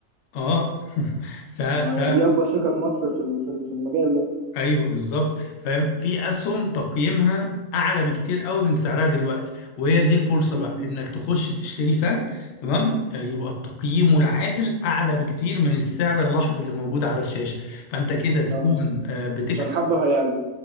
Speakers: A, on the left (about 65°); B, on the right (about 70°).
A: اه <laughs> س-
B: ما
A: س-
B: هي دي اكبر شركه في مصر في ال- في ال- في المجال ده
A: ايوه بالظبط فاهم في اسهم تقييمها اعلى بكتير قوي من سعرها دلوقتي وهي دي الفرصه
B: مم.
A: بقى انك تخش تشتري سهم تمام آه، يبقى التقييم العادل اعلى بكتير من السعر اللحظي اللي موجود على الشاشه فانت كده تكون
B: اه
A: آه، بتكسب
B: عشان حبه هيعلى